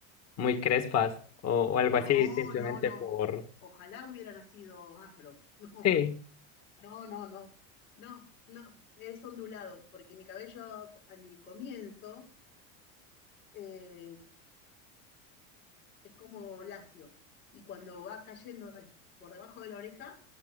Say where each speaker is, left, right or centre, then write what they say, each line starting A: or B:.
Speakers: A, on the left; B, on the left.
A: muy crespas o, o algo
B: No,
A: así, simplemente
B: no, no.
A: por...
B: Ojalá hubiera nacido afro. <laughs>
A: Sí.
B: No. No, no, no, no, no, es ondulado, porque mi cabello en el comienzo eh, es como lacio y cuando va cayendo des- por debajo de la oreja,